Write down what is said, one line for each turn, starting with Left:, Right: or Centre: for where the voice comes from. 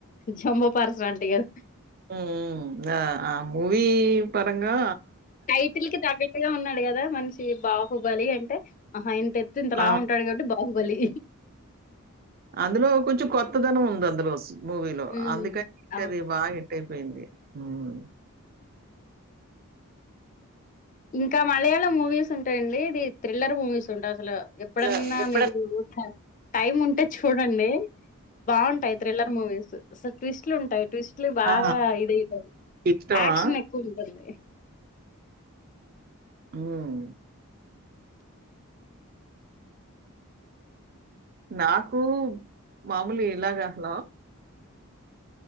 Left: జంబో పర్సనాలిటీ కదా
Right: ఉమ్ ఆహ్ ఆ మూవీ పారంగా
Left: టైటిల్ కి తగ్గట్టుగా ఉన్నాడు కదా మనిషి బాహుబలి అంటే ఆహం ఇంత ఎత్తు ఇంత
Right: ఆ!
Left: లావు ఉంటాడు కాబట్టి బాహుబలి
Right: అందులో కొంచెం కొత్తదనం ఉంది అందులో స్ మూవీలో
Left: ఉమ్
Right: అందుకని ఇంక
Left: అవును
Right: అది బాగా హిట్ అయిపోయింది ఉమ్
Left: ఇంకా మలయాళం మూవీస్ ఉంటాయండి ఇది థ్రిల్లర్ మూవీస్ ఉంటాయి అసలు ఎప్పుడన్నా
Right: అసల ఎప్పుడన్
Left: మీరుగు ట టైం ఉంటే చూడండి బాగుంటాయి థ్రిల్లర్ మూవీస్ అసలు ట్విస్ట్ లు ఉంటాయి ట్విస్ట్ లు బాగా
Right: ఆ!
Left: ఇదైతరు
Right: మీకిష్టమా?
Left: యాక్షన్ ఎక్కువ ఉంటది వే
Right: ఉమ్మ్ నాకు మామూలే ఇలాగా hello